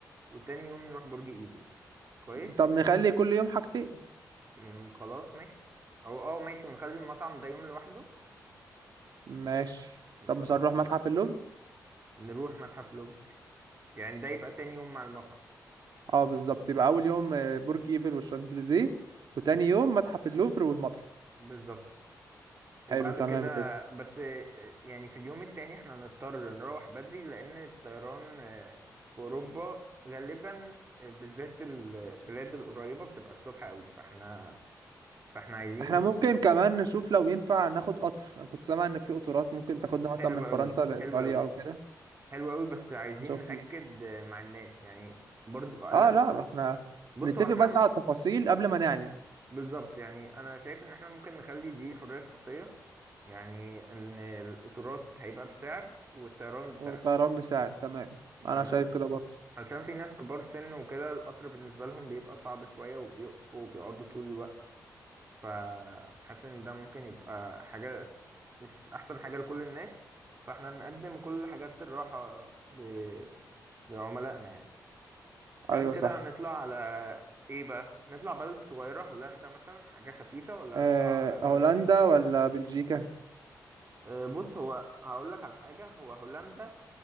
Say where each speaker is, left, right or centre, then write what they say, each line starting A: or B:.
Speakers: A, on the right; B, on the right.
A: وتاني يوم نروح برج ايفل كويس
B: طب نخلي كل يوم حاجتين
A: أمم، خلاص ماشي او اه ماشي ونخلي المطعم ده يوم لوحده
B: ماشي
A: أمم،
B: طب مش
A: خلاص
B: هنروح متحف اللوفر
A: نروح متحف لوفر يعني ده يبقى تاني يوم مع المطعم
B: اه بالظبط يبقى اول يوم آه، برج ايفل والشانزليزيه وتاني يوم متحف اللوفر والمتحف
A: بالظبط وبعد
B: حلو تمام
A: كده
B: كده
A: بس آه، يعني في اليوم التاني احنا هنضطر نروح بدري لأن الطيران آه، في أوروبا غالبا آه، بالذات البلاد القريبة بتبقى الصبح قوي فاحنا فاحنا عايزين
B: احنا ممكن كمان نشوف لو ينفع ناخد قطر انا كنت سامع ان في قطارات ممكن تاخدنا مثلا
A: حلو
B: من فرنسا
A: قوي
B: لايطاليا
A: حلو قوي
B: او كده
A: حلو قوي بس عايزين
B: نشوف
A: نأكد آه، مع الناس يعني برضو آه، لا
B: اه لا ما احنا
A: بص
B: نتفق
A: هو احنا
B: بس على التفاصيل قبل ما نعلن
A: بالظبط يعني انا شايف ان احنا ممكن نخلي دي حرية شخصية يعني ان القطارات هيبقى بسعر والطيران بسعر
B: والطيران بسعر تمام انا
A: تمام
B: شايف كده برضه
A: علشان في ناس كبار سن وكده القطر بالنسبة لهم بيبقى صعب شوية وبيقفوا وبيقعدوا طول الوقت فحاسس ان ده ممكن يبقى حاجة مش احسن حاجة لكل الناس فاحنا نقدم كل حاجات الراحة ل... لعملائنا يعني بعد
B: ايوه
A: كده
B: صح
A: هنطلع على ايه بقى نطلع بلد صغيرة هولندا مثلا حاجة خفيفة ولا
B: أه
A: نطلع على بلد
B: هولندا
A: كبيرة
B: ولا بلجيكا
A: أه، بص هو هقولك على حاجة هو هولندا